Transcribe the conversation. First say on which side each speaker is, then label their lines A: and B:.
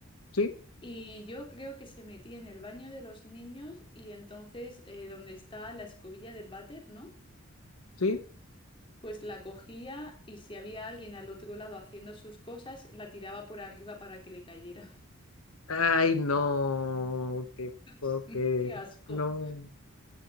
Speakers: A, on the left; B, on the left.
A: Sí,
B: y yo creo que se metía en el baño de los niños y entonces eh, donde está la escobilla del váter, ¿no?
A: sí.
B: Pues la cogía y si había alguien al otro lado haciendo sus cosas, la tiraba por arriba para que le cayera.
A: Ay, no, te puedo
B: <laughs>
A: creer.
B: ¡Qué asco!
A: No.